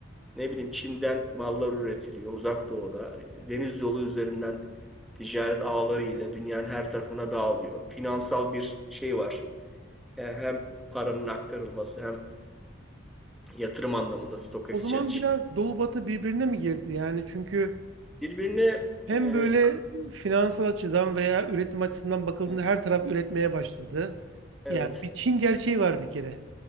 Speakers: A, in the centre; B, on the right.
A: ne bileyim Çin'den mallar üretiliyor, Uzak Doğu'da. Deniz yolu üzerinden ticaret ağları ile dünyanın her tarafına dağılıyor. Finansal bir şey var yani hem paranın aktarılması hem yatırım anlamında stock exchange.
B: O zaman biraz Doğu Batı birbirine mi girdi? Yani çünkü
A: Birbirine
B: hem
A: e,
B: böyle finansal açıdan veya üretim açısından bakıldığında
A: evet,
B: her taraf üretmeye başladı.
A: evet,
B: Yani bir Çin gerçeği var bir kere.